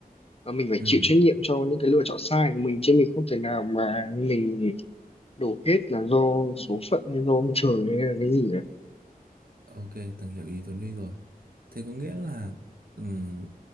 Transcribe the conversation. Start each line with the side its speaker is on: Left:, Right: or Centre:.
Left: và mình phải
Right: ừ
Left: chịu trách nhiệm cho những cái lựa chọn sai của mình chứ mình không thể nào mà mình đổ hết là do số phận hay do ông trời hay là cái gì cả
Right: Ok, từng hiểu ý Tuấn Huy rồi. Thế có nghĩa là ừm,